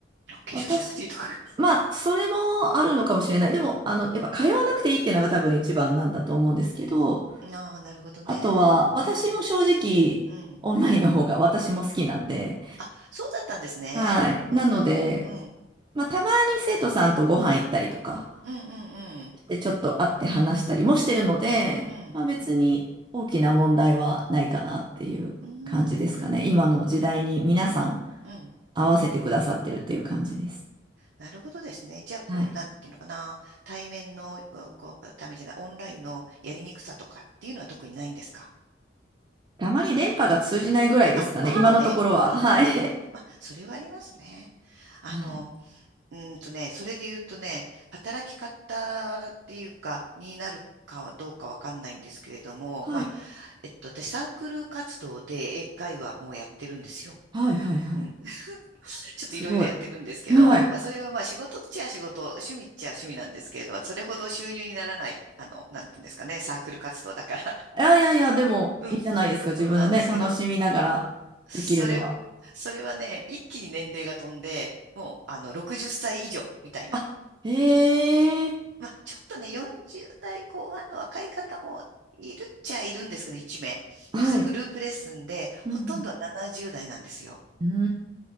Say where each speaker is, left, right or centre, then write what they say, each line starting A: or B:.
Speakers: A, on the right; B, on the right.
A: あ、化粧しなくていいとかか
B: 私、まあ、それもあるのかもしれない。でも、あの、やっぱ通わなくていいっていうのが多分一番なんだと思うんですけど、
A: な。<laughs> ああ、なるほどね。
B: あとは、
A: うん、
B: 私も正直、
A: うん。
B: オンラインの方が私も好きなんで、
A: あ、そうだったんですね。
B: はい。なので、
A: うん、うん、うん、
B: まあ、たまに生徒さんとご飯行ったりとか、
A: うん、うん、
B: で、ちょっと会って話したりもしてるので、
A: うん、
B: まあ、別に大きな問題はないかなっていう感じですかね。
A: うーん、
B: 今の時代に皆さん
A: うん。
B: 合わせてくださってるっていう感じです。
A: なるほどですね。じゃあ、こう、
B: はい。
A: なんていうのかな。対面の、うこう、ためじゃない、オンラインのやりにくさとかっていうのは特にないんですか
B: あまり電波が通じないぐらいですかね。
A: あ、まあね。
B: 今のところは。
A: うんうんうん。
B: はい。
A: まあ、それはありますね。あの、
B: <laughs> はい。
A: うーんとね、それで言うとね、働き方っていうか、になるかどうかわかんないんですけれども、
B: はい。
A: まあ、えっと、私、サークル活動で英会話もやってるんですよ。
B: はい。はい。はい
A: うんちょっといろいろやってるんですけど、
B: すごい。はい。
A: まあ、それはまあ仕事っちゃ仕事、趣味っちゃ趣味なんですけれど、それほど収入にならない、あの、なんていうんですかね、サークル活動だから、<laughs>
B: いやいやいや、でもいいじゃないですか。
A: うん、
B: 自分のね、
A: ものなんですけど、
B: 楽しみながらできるのは。
A: それ、それはね、一気に年齢が飛んで、もう、あの、60歳以上みたいな。
B: あ、へえ。
A: まあ、ちょっとね、40代後半の若い方もいるっちゃいるんですけど、1名。
B: はい。
A: でも、それグループレッスンで、
B: うん
A: ほとんどは70代なんですよ。
B: うん。